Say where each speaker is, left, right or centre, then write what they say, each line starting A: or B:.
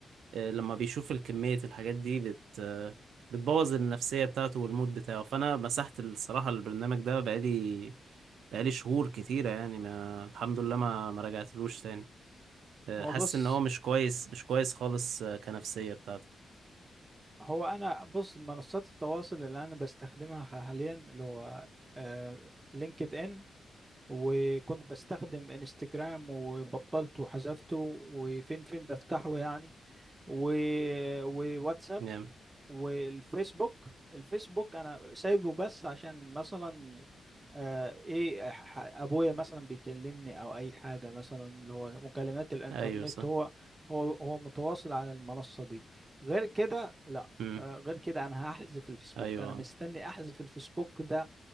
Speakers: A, on the right; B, on the right.
A: آه، لما بيشوف الكمية الحاجات دي بت آه، بتبوظ النفسية بتاعته والمود بتاعه فأنا مسحت الصراحة البرنامج ده بقالي بقالي شهور كتيرة يعني ما الحمد لله ما ما رجعتلوش تاني آه،
B: هو
A: حاسس
B: بص
A: إن هو مش كويس مش كويس خالص آه، كنفسية بتاعته
B: هو انا بص منصات التواصل اللي انا بستخدمها حاليا اللي هو آه لينكد ان وكنت بستخدم انستجرام وبطلته وحذفته وفين فين بفتحه يعني و... وواتساب
A: جامد
B: والفيسبوك الفيسبوك انا سايبه بس عشان مثلا آه ايه ح- ابويا مثلا بيكلمني او اي حاجه مثلا اللي هو مكالمات الانترنت
A: أيوة صح
B: هو هو هو متواصل على المنصه دي غير كده لا
A: مم.
B: آه غير كده انا هحذف الفيسبوك
A: أيوة
B: انا مستني احذف الفيسبوك ده